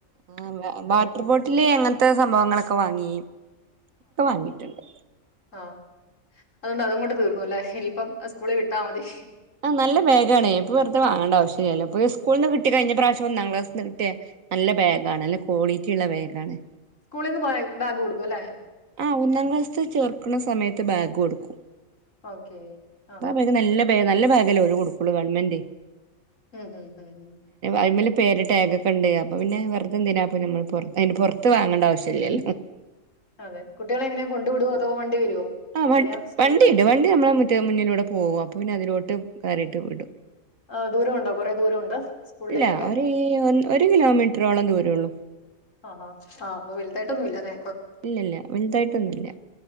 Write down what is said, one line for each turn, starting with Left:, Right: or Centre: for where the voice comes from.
Right: ആഹ് വാട്ടർ ബോട്ടില് എങ്ങനത്തെ സംഭവങ്ങളൊക്കെ വാങ്ങി ഇപ്പൊ വാങ്ങിട്ടുണ്ട്
Left: ആഹ അതുകൊണ്ട് അതുകൊണ്ട് തീർന്നുല്ലേ ഇനിയിപ്പം സ്കൂളിൽ വിട്ടാ മതി
Right: ആ നല്ല ബാഗാണ് ഇപ്പ വെറുതെ വാങ്ങേണ്ട ആവശ്യയില്ലല്ലോ ഇപ്പ സ്കൂളിൽനിന്ന് കിട്ടി കഴിഞ്ഞ പ്രാവശ്യം ഒന്നാം ക്ലാസിൽ നിന്ന് കിട്ടിയാ നല്ല ബാഗാണ് നല്ല ക്വാളിറ്റിയുള്ള ബാഗാണ്
Left: സ്കൂളിൽ നിന്ന് ബാഗ് കൊടുക്കും അല്ലെ
Right: ആ ഒന്നാം ക്ലാസ്സത്ത് ചേർക്കുന്ന സമയത്ത് ബാഗ് കൊടുക്കും
Left: ഓക്കെ
Right: അപ്പ
Left: ആ ഹാ
Right: ബാഗ് നല്ല ബാഗ് നല്ല ബാഗല്ലേ ഓരു കൊടുക്കുള്ളൂ ഗവൺമെന്റ്
Left: ഉം ഉം ഉം
Right: അയ്മല് പേര് ടാഗോക്കെ ഒണ്ട് അപ്പൊ പിന്നെ വെറുതെന്തിനാപ്പ നമ്മൾ പുറ അതി പുറത്ത് വാങ്ങണ്ട ആവശ്യ ഇല്ലല്ലോ
Left: അ കുട്ടികളെങ്ങനെയ കൊണ്ട് വിടുവോ അതോ വണ്ടി വരുവോ
Right: ആ
Left: എങ്ങനെയാ സ്കൂൾ
Right: വണ്ടിയുണ്ട് വണ്ടി നമ്മളെ മുറ്റത്ത് മുന്നിലൂടെ പോകും അപ്പൊ പിന്നെ അതിലോടെ ട്ട് കയറിയിട്ട് വിടും
Left: ആ ദൂരമുണ്ടോ കൊറേ ദൂരമുണ്ട് സ്കൂളിലേക്കൊക്കെ
Right: ഇല്ല ഒരു ഈ ഒരു കിലോമീറ്ററോളം ദൂരള്ളു
Left: ആ ആ ആ അപ്പൊ വലുതായിട്ടൊന്നും ഇല്ലല്ലേ
Right: ഇല്ല ഇല്ല വലുതായിട്ടൊന്നുംല്ല